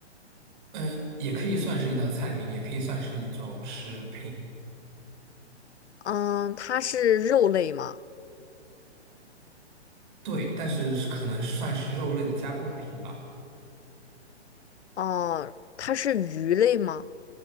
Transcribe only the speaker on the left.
嗯，它是肉类吗？
哦，它是鱼类吗？